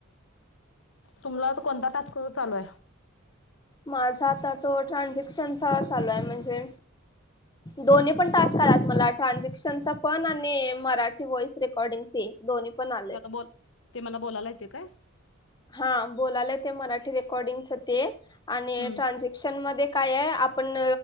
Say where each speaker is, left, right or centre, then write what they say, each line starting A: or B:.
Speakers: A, on the left; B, on the left.
A: तुमला कोणता टास्क चालू आहे
B: माझा आता तो ट्रान्झॅक्शनचा चालू आहे म्हणजे दोन्ही पण टास्कआलात मला ट्रानझक्शनचा पण आणि मराठी व्हॉइस रेकॉर्डिंग दोन्ही पण आले.
A: ते आता ब ते मला बोलायला येते काय
B: हा बोलालं ते मराठी रेकॉर्डिंगच ते आणि
A: हम्म
B: ट्रानझक्शन म काय आपण